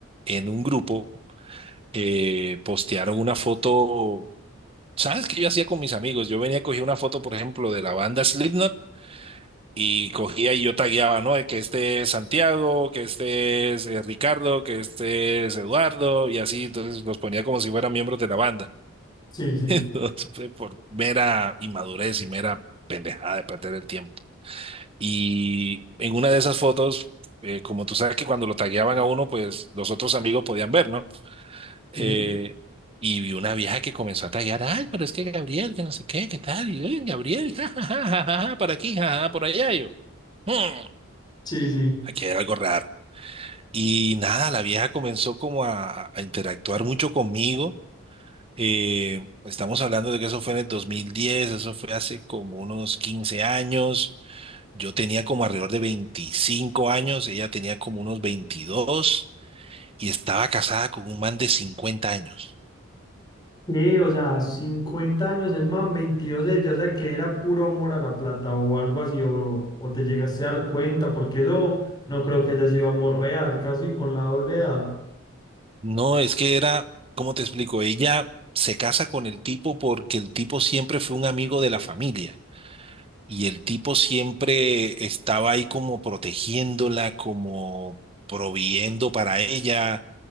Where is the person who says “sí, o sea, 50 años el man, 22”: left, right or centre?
Left